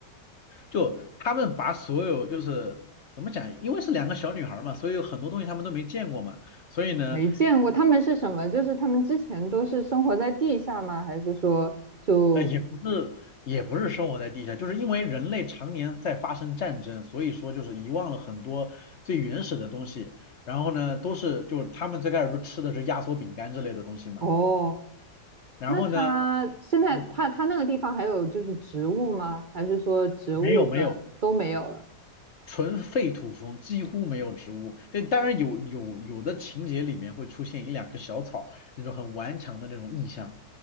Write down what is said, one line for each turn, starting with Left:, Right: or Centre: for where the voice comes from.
Left: 就他们把所有就是怎么讲，因为是两个小女孩儿嘛，所以有很多东西他们都没见过嘛，所以呢。
Right: 没见过他们是什么？就是他们之前都是生活在地下吗？还是说就
Left: 呃，也不是，也不是生活在地下，就是因为人类常年在发生战争，所以说就是遗忘了很多最原始的东西。然后呢，都是就是他们最开始都吃的是压缩饼干之类的东西嘛。
Right: 哦？
Left: 然后呢，
Right: 那它现在它它那个地方还有就是植物吗？
Left: 嗯，
Right: 还是说植物跟都没有了？
Left: 没有没有，纯废土风，几乎没有植物。对，当然有有有的情节里面会出现一两棵小草，那种很顽强的那种意象。